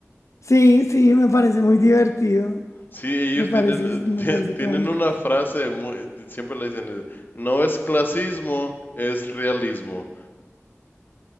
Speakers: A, on the left; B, on the left.
A: Sí, sí, me parece muy divertido,
B: Sí, ellos
A: me parece,
B: tienen,
A: me
B: tie-
A: parece
B: <laughs> tienen
A: cómico.
B: una frase, muy- siempre le dicen, no es clasismo, es realismo.